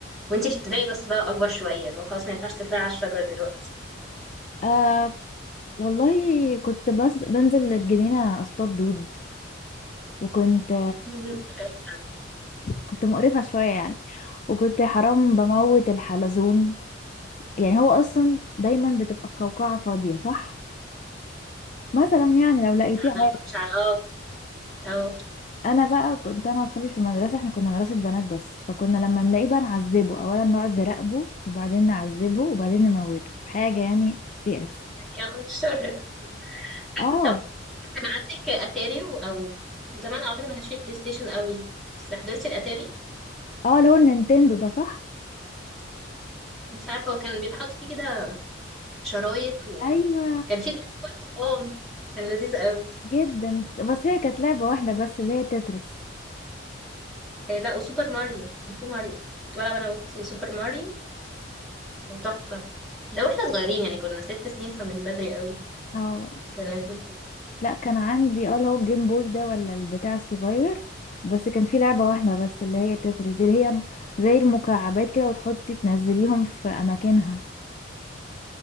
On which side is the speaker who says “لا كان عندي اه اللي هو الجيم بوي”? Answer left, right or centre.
Left